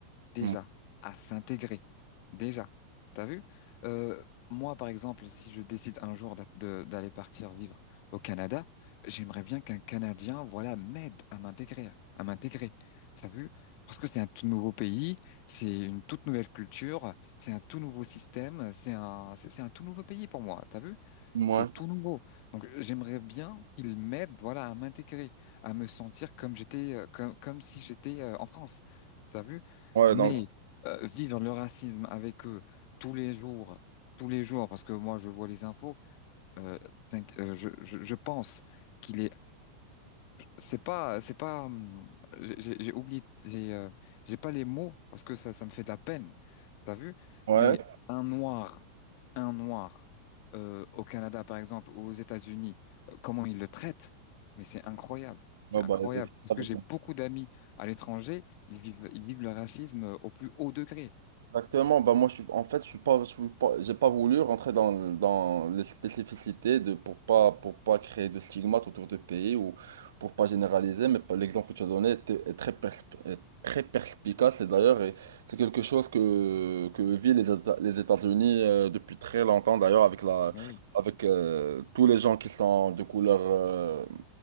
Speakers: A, on the left; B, on the right.
A: déjà
B: hmm.
A: à s'intégrer. Déjà. T'as vu? Euh, moi, par exemple, si je décide un jour d'a- de- d'aller partir vivre au Canada, j'aimerais bien qu'un Canadien, voilà, m'aide à m'intégrer, à m'intégrer. T'as vu? Parce que c'est un tout nouveau pays, c'est une toute nouvelle culture, c'est un tout nouveau système, c'est un, c'est c'est un tout nouveau pays pour moi. T'as vu?
B: ouais,
A: C'est tout nouveau. Donc, euh, j'aimerais bien qu'il m'aide, voilà, à m'intégrer, à me sentir comme j'étais, euh, comme, comme si j'étais euh, en France. T'as vu?
B: ouais,
A: Mais
B: donc.
A: euh, vivre le racisme avec eux tous les jours, tous les jours, parce que moi je vois les infos, euh, t'inqui- euh, je, je, je pense qu'il est, c'est pas, c'est pas, hum, j'ai j'ai- j'ai oublié, j'ai euh, j'ai pas les mots parce que ça, ça me fait de la peine, t'as vu?
B: Ouais,
A: Mais un noir, un noir euh, au Canada par exemple ou aux États-Unis, euh, comment ils le traitent? Mais c'est incroyable,
B: ouais,
A: c'est incroyable
B: bah, euh,
A: parce
B: avec-
A: que j'ai beaucoup d'amis à l'étranger, ils vivent, ils vivent le racisme euh, au plus haut degré.
B: exactement. Bah, moi, je suis, en fait, je suis pas, je suis pas- j'ai pas voulu rentrer dans, dans les spécificités de, pour pas, pour pas créer de stigmates autour de pays ou pour pas généraliser. Mais pas- l'exemple que tu as donné était- est très, persp- est très perspicace. Et d'ailleurs, et c'est quelque chose que, que vivent les, Éta- les États-Unis euh, depuis très longtemps, d'ailleurs, avec la,
A: Mais oui,
B: avec euh, tous les gens qui sont de couleur, euh,